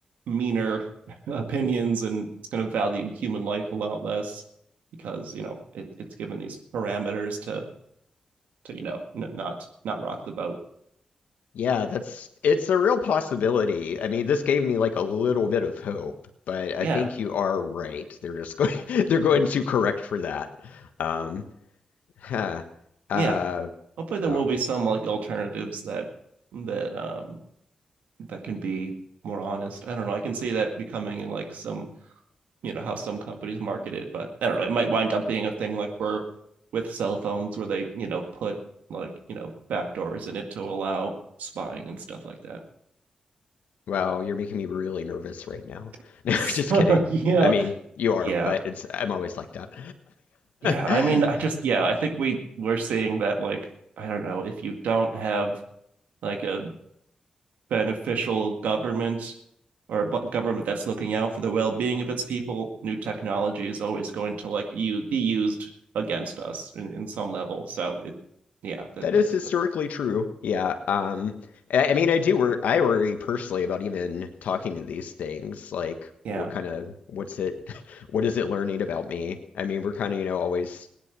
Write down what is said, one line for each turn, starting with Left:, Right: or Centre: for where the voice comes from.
Right: meaner <laughs> opinions and it's going to value human life a lot less because you know it, it's given these parameters to to you know n- not not rock the boat
Left: Yeah, that's it's a real possibility. I mean, this gave me like a little bit of hope, but I
Right: yeah
Left: think you are right. They're just going <laughs> they're going to correct for that. Um, huh. Uh,
Right: yeah hopefully there will
Left: oh,
Right: be some like alternatives that that um that can be more honest i don't know i can see that becoming like some you know how some companies market it but i don't know it might wind up being a thing like we're with cell phones where they you know put like you know backdoors in it to allow spying and stuff like that
Left: well, you're making me really nervous right now.
Right: <laughs>
Left: <laughs> No,
Right: so
Left: just kidding.
Right: yeah
Left: I mean, you are,
Right: yeah
Left: but it's I'm always like that.
Right: yeah i
Left: <laughs>
Right: mean i just yeah i think we we're seeing that like i don't know if you don't have like a beneficial government or a government that's looking out for the well-being of its people, new technology is always going to like you be used against us in, in some level. So it, yeah, that
Left: That
Right: that
Left: is historically
Right: stuff.
Left: true. Yeah. Um, I, I mean, I do wor I worry personally about even talking to these things. Like,
Right: Yeah,
Left: what kind of, what's it, <laughs> what is it learning about me? I mean, we're kind of, you know, always,